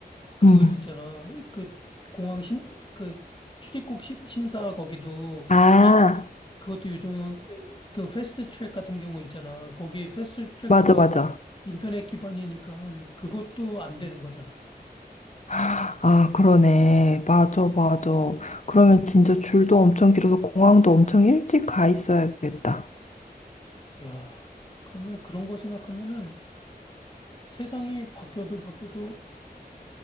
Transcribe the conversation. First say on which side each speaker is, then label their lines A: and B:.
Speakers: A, on the left; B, on the left.
A: 그
B: 응.
A: 있잖아 그 공항 심 그 출입국 심, 심사 거기도
B: 아,
A: 이 그것도 요즘 그 패스트 트랙 같은 경우 있잖아 거기 패스트 트랙도
B: 맞아, 맞아.
A: 인터넷 기반이니까 그것도 안 되는 거잖아
B: 아, 그러네. 맞아, 맞아. 그러면 진짜 줄도 엄청 길어서 공항도 엄청 일찍 가 있어야겠다.
A: 야 그러면 그런 거 생각하면은 세상이 바뀌어도 바뀌어도